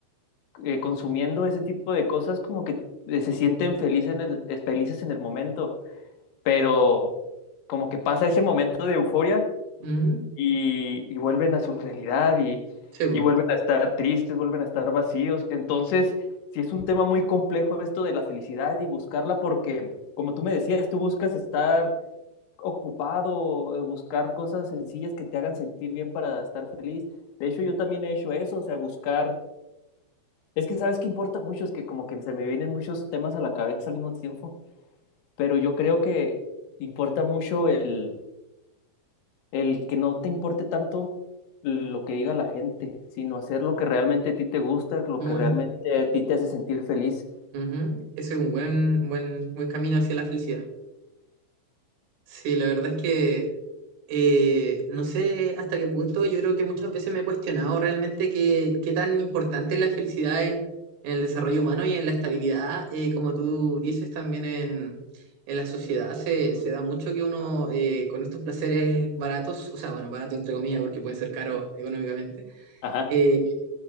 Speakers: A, on the left; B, on the right.
A: eh, consumiendo ese tipo de cosas, como que eh, se sienten felices en el, eh, felices en el momento, pero como que pasa ese momento de euforia
B: ujú.
A: y, y vuelven a su realidad y,
B: Sí, po,
A: y vuelven a estar tristes, vuelven a estar vacíos. Entonces, sí es un tema muy complejo esto de la felicidad y buscarla porque, como tú me decías, tú buscas estar ocupado, eh, buscar cosas sencillas que te hagan sentir bien para estar feliz. De hecho, yo también he hecho eso, o sea, buscar... Es que sabes que importa mucho, es que como que se me vienen muchos temas a la cabeza al mismo tiempo, pero yo creo que importa mucho el el que no te importe tanto lo que diga la gente, sino hacer lo que realmente a ti te gusta, lo
B: muy,
A: que realmente a ti te hace sentir feliz.
B: Ujú. Ese es un buen, buen, buen camino hacia la felicidad. Sí, la verdad es que eh, no sé hasta qué punto, yo creo que muchas veces me he cuestionado realmente qué, qué tan importante es la felicidad en, en el desarrollo humano y en la estabilidad, eh, como tú dices también en, en la sociedad, se, se da mucho que uno eh, con estos placeres baratos, o sea, bueno, barato entre comillas porque pueden ser caros económicamente,
A: Ajá.
B: eh,